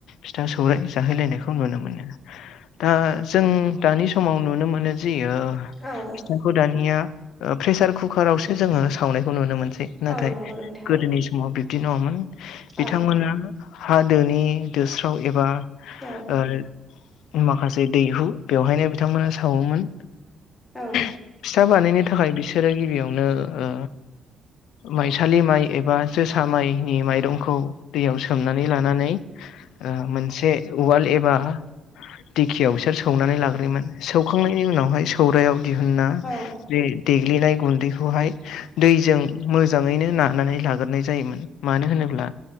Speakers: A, on the left; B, on the left.
A: फिथा सौराय जाहैलायनायखौ नुनो मोनो दा जों दानि समाव नुनो मोननाय जायो
B: औ
A: फखौ दानिया प्रेसार कुकार आावसो जोङो सावनायखौ नुनो मोनसै नाथाय
B: औ नंगौ नोंथां
A: गोदोनि समाव समाव बिब्दि नङोन बिथांमोना
B: औ
A: हा दोनि दोस्राव एबा
B: औ
A: ओ माखासे दैहु बेवहायनो बिथांमोना सावोमोन।
B: औ।
A: फिथा बानायनो थाखाय बिसोरो गिबियावनो ओ माइसालि माइ एबा जोसा माइनि माइरंखौ दैयाव सोमनानै लानानै ओ मोनसे उवाल एबा दिखियाव इसोर सौनानै लाग्रोयोमोन सौखांनायनि उनावहाय सौरायाव दिहुनना
B: औ
A: बे दैग्लिनाय गुन्दै बेखौहाय दैजों मोजाङैनो नानानै लाग्रोनाय जायोमोन मानो होनोब्ला